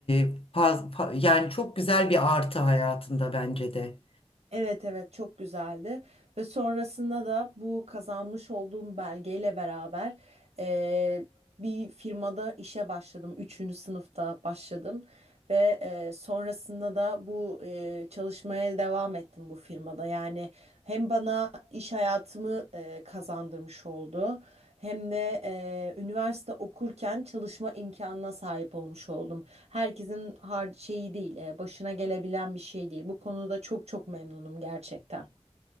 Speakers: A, on the left (about 60°); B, on the right (about 80°).
A: e, faz, fa- yani çok güzel bir artı hayatında bence de.
B: evet evet çok güzeldi ve sonrasında da bu kazanmış olduğum belgeyle beraber eee, bir firmada işe başladım. Üçüncü sınıfta başladım. Ve e, sonrasında da bu e, çalışmaya devam ettim bu firmada. Yani hem bana iş hayatımı e, kazandırmış oldu, hem de e, üniversite okurken çalışma imkanına sahip olmuş oldum. Herkesin har şeyi değil, e, başına gelebilen bir şey değil. Bu konuda çok çok memnunum gerçekten.